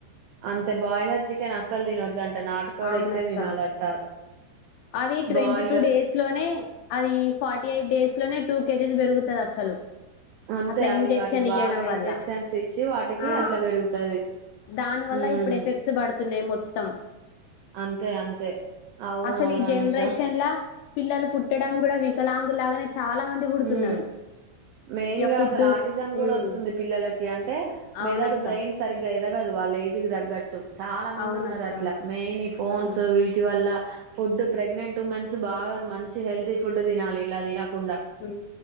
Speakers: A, on the right (about 80°); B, on the left (about 85°).
A: అంతే బాయిలర్ చికెన్ అసలు తిన వద్దంట నాటుకోడి
B: అవున
A: ఎగ్సే
B: అక్క
A: తినాలంట
B: అది ట్వంటీ
A: బాయిలర్
B: టూ డేస్ లోనే అది ఫార్టీ ఎయిట్ డేస్ అట్లోనే టూ కేజీస్ పెరుగుతాది అసలు,
A: అంతే
B: అట్లా ఇంజెక్షన్
A: అవి వాటికి
B: ఇయడం
A: బాగా
B: వల్ల
A: ఇంజెక్షన్స్ ఇచ్చి వాటికి
B: ఆ
A: అట్లా పెరుగుతది
B: దానివల్ల
A: ఉమ్
B: ఇప్పుడు ఎఫెక్ట్స్ పడుతున్నాయి మొత్తం,
A: అంతే అంతే అవును
B: అసలు
A: అవును
B: ఈ జనరేషన్
A: అనూష
B: లా పిల్లలు పుట్టడం కూడా వికలాంగులాగానే, చాలా మంది పుడుతున్నారు
A: ఉ మెయిన్
B: ఇగ
A: గా
B: ఫుడ్
A: అసలు ఆర్టిజం కూడా
B: ఉమ్
A: వస్తుంది పిల్లలకి అంటే మెదాడు
B: అవునక్క
A: బ్రెయిన్ సరిగ్గా ఎదగదు వాళ్ళ ఏజ్ ఏజ్ కి తగ్గట్టు చాలా మంది
B: అవునక్క
A: ఉన్నారు అట్లా మెయిన్ ఫోన్స్
B: ఉమ్
A: వీటి వల్ల ఫుడ్ ప్రెగ్నెంట్ ఉమెన్స్ బాగా మంచి హెల్తీ ఫుడ్ తినాలి ఇలా తినకుండా,
B: హు